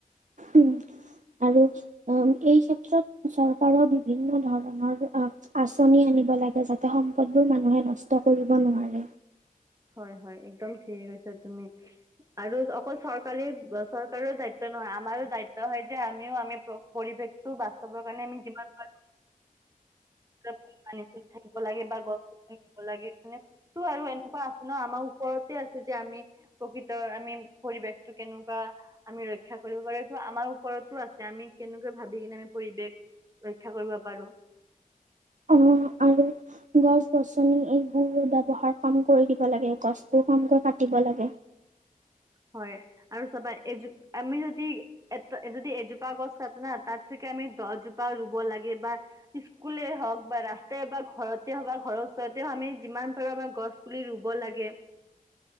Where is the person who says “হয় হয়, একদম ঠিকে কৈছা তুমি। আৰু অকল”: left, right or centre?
Right